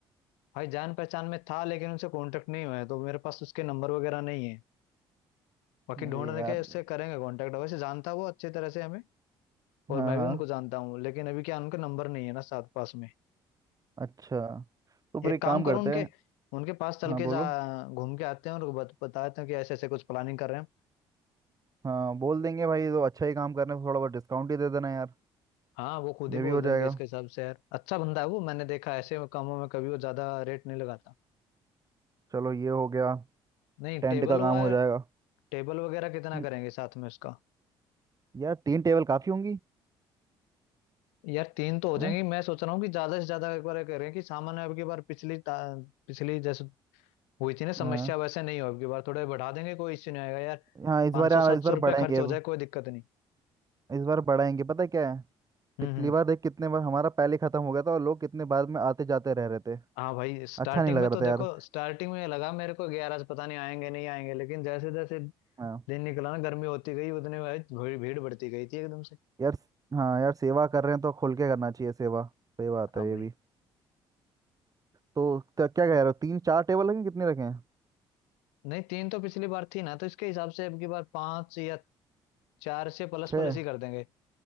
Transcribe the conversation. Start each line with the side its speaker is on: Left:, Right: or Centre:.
Left: भाई जान पहचान में था लेकिन उनसे कांटेक्ट नहीं हुआ है तो मेरे पास उसके नंबर वगैरह नहीं है बाकी
Right: अरे
Left: ढूंढने
Right: यार
Left: के उससे करेंगे कांटेक्ट वैसे जानता है वो अच्छे तरह से हमें
Right: हाँ
Left: और मैं
Right: हाँ
Left: भी उनको जानता हूँ लेकिन अभी क्या उनके नंबर नहीं है ना साथ पास में
Right: अच्छा तो फिर
Left: एक
Right: एक
Left: काम
Right: काम
Left: करो
Right: करते
Left: उनके
Right: हैं
Left: उनके पास चल
Right: हाँ
Left: के
Right: बोलो
Left: जा घूम के आते हैं और बत, बताते हैं कि ऐसे ऐसे कुछ प्लानिंग कर रहे हैं
Right: हाँ बोल देंगे भाई तो अच्छा ही काम करने को थोड़ा बहुत डिस्काउंट ही दे देना यार
Left: हाँ वो खुद
Right: ये
Left: ही बोल
Right: भी हो
Left: देंगे
Right: जाएगा
Left: इसके हिसाब से यार अच्छा बंदा है वो मैंने देखा ऐसे कामों में कभी वो ज्यादा रेट नहीं लगाता
Right: चलो ये हो गया
Left: नहीं
Right: टेंट
Left: टेबल
Right: का काम
Left: वा
Right: हो जाएगा
Left: टेबल वगैरह कितना
Right: हम्म,
Left: करेंगे साथ में उसका
Right: यार तीन टेबल काफ़ी होंगी
Left: यार तीन तो हो जाएंगे
Right: हाँ
Left: मैं सोच रहा हूँ कि ज्यादा से ज्यादा एक बार ये करें कि सामान्य अब की बार पिछली ता- पिछली जैसे हुई थी ना समस्या
Right: हाँ
Left: वैसे नहीं हो अब की बार थोड़े बढ़ा देंगे कोई इश्यू नहीं आएगा यार
Right: हाँ, इस
Left: पाँच
Right: बार
Left: सौ
Right: यार
Left: सात
Right: इस
Left: सौ
Right: बार
Left: रुपया
Right: बढ़ाएंगे
Left: खर्च
Right: अब
Left: हो जाए कोई दिक्कत नहीं
Right: इस बार बढ़ाएंगे पता है क्या है
Left: हम्म
Right: पिछली
Left: हम्म
Right: बार देख कितने बार हमारा पहले ख़त्म हो गया था और लोग कितने बाद में आते जाते रह रहे थे
Left: हाँ भाई स्टार्टिंग
Right: अच्छा नहीं लग
Left: में
Right: रहा
Left: तो
Right: था
Left: देखो
Right: यार
Left: स्टार्टिंग में ये लगा मेरे को ग्यारह पता नहीं आएंगे नहीं आएंगे लेकिन जैसे जैसे
Right: हाँ
Left: दिन निकला ना गर्मी होती गई उतने भाई भीड़ भीड़ बढ़ती गई थी एकदम से
Right: यार हाँ यार सेवा कर रहे हैं तो खुल के करना चाहिए सेवा सही बात
Left: हाँ
Right: है
Left: भाई
Right: ये भी तो क्या क्या कह रहे हो तीन चार टेबल रखें कितने रखें
Left: नहीं तीन तो पिछली बार थी ना तो इसके हिसाब से अब की बार पाँच या चार से प्लस
Right: छः
Left: प्लस ही कर देंगे